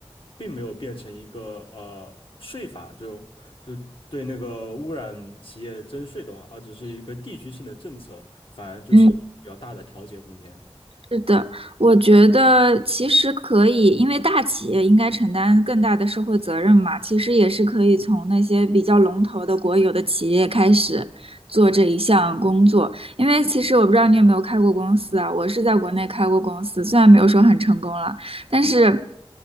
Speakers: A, on the left (about 60°); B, on the right (about 65°).
A: 并没有变成一个呃税法，就就对那个污染企业征税的话，而只是一个地区性的政策，反而就是比较大的调节空间。
B: 嗯是的，我觉得其实可以，因为大企业应该承担更大的社会责任嘛，其实也是可以从那些比较龙头的国有的企业开始做这一项工作。因为其实我不知道你有没有开过公司啊，我是在国内开过公司，虽然没有说很成功了。但是